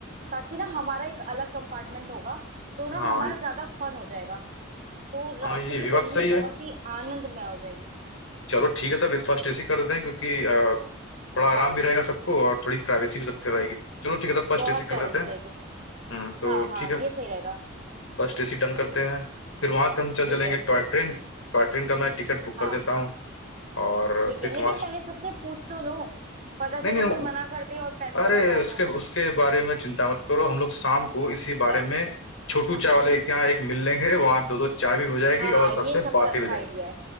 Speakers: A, on the right; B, on the left.
A: ताकि ना हमारा एक अलग कंपार्टमेंट होगा तो ना
B: हाँ
A: हमारा ज्यादा फन हो जाएगा तो रास्ते
B: हाँ ये
A: की
B: भी
A: जर्नी
B: बात सही है
A: बहुत ही आनंदमय हो जाएगी
B: चलो ठीक है तब ये फर्स्ट एसी कर देते हैं क्योंकि अ, थोड़ा आराम
A: हाँ
B: भी रहेगा सबको और थोड़ी प्राइवेसी भी सबकी रहेगी चलो ठीक है तब फर्स्ट
A: बहुत
B: एसी कर
A: प्राइवेसी
B: देते हैं
A: रहेगी
B: हम्म तो
A: हाँ हाँ
B: ठीक है
A: ये सही रहेगा
B: फर्स्ट एसी डन करते हैं फिर वहां से हम चल चलेंगे
A: ठीक है
B: टॉय
A: ये
B: ट्रेन टॉय ट्रेन का मैं टिकट बुक
A: हाँ
B: कर देता हूँ और
A: ठीक
B: फिर
A: है लेकिन
B: वहां से
A: पहले सबसे पूछ तो लो पता चले
B: नहीं नहीं
A: कोई मना कर दे और पैसे
B: अरे
A: बर्बाद
B: उसके
A: हो
B: उसके बारे में चिंता मत करो हम लोग शाम को इसी
A: ठीक
B: बारे
A: है
B: में छोटू
A: <laughs>
B: चाय वाले के यहाँ एक मिल लेंगे वहां दो दो चाय भी हो जाएगी
A: हाँ
B: और सबसे
A: ये सबसे
B: बातें
A: अच्छा
B: भी हो जाएंगी
A: आइडिया है